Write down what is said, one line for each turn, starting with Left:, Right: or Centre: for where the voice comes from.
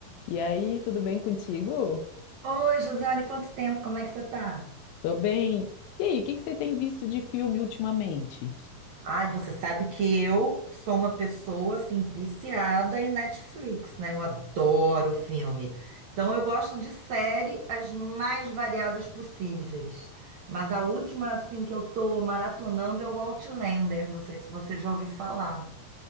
Left: E aí, tudo bem contigo?
Right: Oi, Josiane, quanto tempo? Como é que você tá?
Left: Tô bem. E aí, o que que você tem visto de filme ultimamente?
Right: Ai, você sabe que eu sou uma pessoa assim viciada em Netflix, né? Eu adoro filme. Então eu gosto de série as mais variadas possíveis. Mas a última assim que eu tô maratonando é o Outlander, não sei se você já ouviu falar.